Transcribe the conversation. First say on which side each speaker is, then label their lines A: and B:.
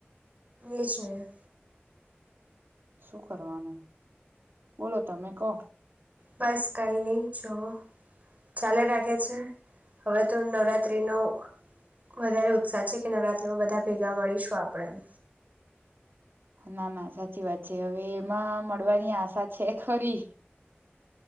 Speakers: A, on the right; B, on the right.
A: એ જ ન
B: શું કરવાનું બોલો તમે કહો
A: બસ કઈ નહી જઓ ચાલે રાખે છે હવે તો નવરાત્રિનો વધારે ઉત્સાહ છે કે નવરાત્રિમાં બધા ભેગા મળીશું આપણે
B: ના ના સાચી વાત છે હવે એમાં મળવાની આશા છે ખરી